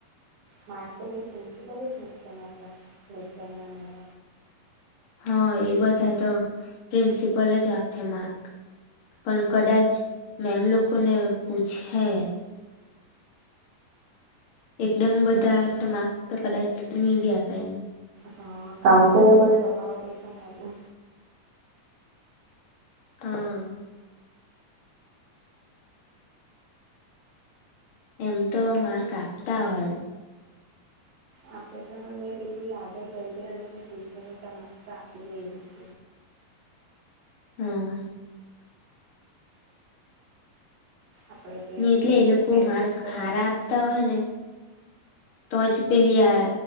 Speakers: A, on the right; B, on the left.
A: મારે તો પેલી પ્રિન્સિપલ જ મુકતીને આપણા લેશનના મેમ
B: હા એ બધા તો પ્રિન્સિપલ જ આપે માર્ક પણ કદાચ મેમ લોકો ને પૂછે એકદમ
A: એ
B: બધા
A: છે તમાર
B: માર્ક તો કદાચ નહી બી આપે એમ
A: હા કાઉન્સિલર જ <unintelligible> હ
B: હા. એમ તો માર્ક આપતા હોય.
A: આપે તો હ મેં પેલી આગળ કવિતા ને એ લોકોને પૂછેલુ તો કે માર્ક તો આપી દઈ હ.
B: હમ.
A: આપણે જે
B: નઈ એટલે
A: મેન
B: એ લોકો
A: તો પ્રેક્ટિસ
B: માર્ક
A: કરવાની
B: હારા આપતા હોય ને તોજ પેલી આ